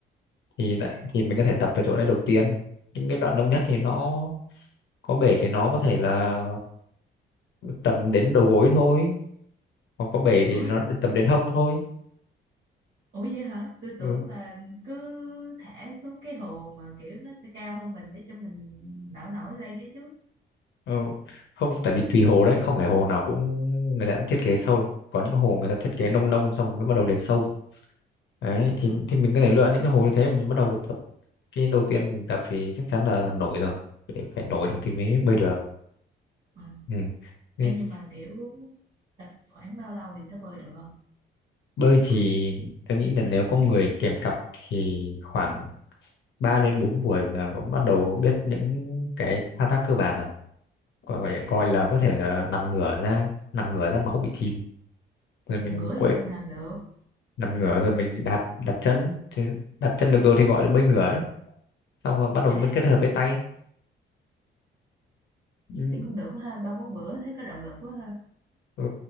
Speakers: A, on the left; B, on the right.
A: thì lại-
B: à
A: thì mình có thể tập ở chỗ đấy đầu tiên những cái đoạn nông nhất thì nó có bể thì nó có thể là tầm đến đầu gối thôi hoặc có bể
B: ủa
A: thì nó tầm đến hông thôi
B: ủa vậy hả tôi tưởng
A: ừ.
B: là cứ thả xuống cái hồ mà kiểu nó sẽ cao hơn mình để cho mình nổi nổi lên ấy chứ
A: Ờ, không tại vì tùy hồ đấy không phải hồ nào cũng người ta cũng thiết kế sâu có những hồ người ta thiết kế
B: à
A: nông nông xong nó bắt đầu đến sâu đấy thì
B: ờ
A: thì mình có thể lựa những cái hồ như thế mình bắt đầu tập cái đầu tiên mình tập thì chắc chắn là nổi rồi phải, phải nổi được thì
B: ờ
A: mới bơi được
B: ờ
A: ừ. Thế
B: Ê, nhưng mà kiểu khoảng bao lâu thì sẽ bơi được không
A: bơi thì tôi nghĩ là nếu có người kèm cặp thì khoảng 3 đến 4 buổi là cũng bắt đầu biết những cái thao tác cơ bản rồi còn phải
B: à
A: coi là có thể là nằm ngửa ra nằm ngửa ra mà không bị chìm rồi mình
B: làm gửi thì tôi làm được
A: nằm ngửa rồi mình đạp đạp chân thì đạp chân được rồi thì gọi là bơi ngửa đấy xong rồi bắt đầu
B: à
A: mới kết hợp với tay ừ.
B: thấy cũng được quá ha ba bốn bữa thấy có động lực quá ha
A: ừ.